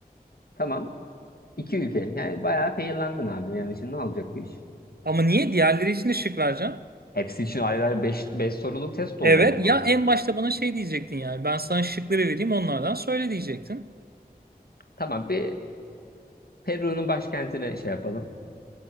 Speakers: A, on the left; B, on the right.
A: Tamam. İki ülke. Yani bayağı feyirlandın abi. Yani şimdi ne olacak bu iş?
B: Ama niye? Diğerleri için de şık vereceğim.
A: Hepsi için ayrı ayrı beş beş soruluk test oldu
B: Evet.
A: o zaman.
B: Ya en başta bana şey diyecektin yani. Ben sana şıkları vereyim onlardan söyle diyecektin.
A: Tamam bir Peru'nun başkentine şey yapalım.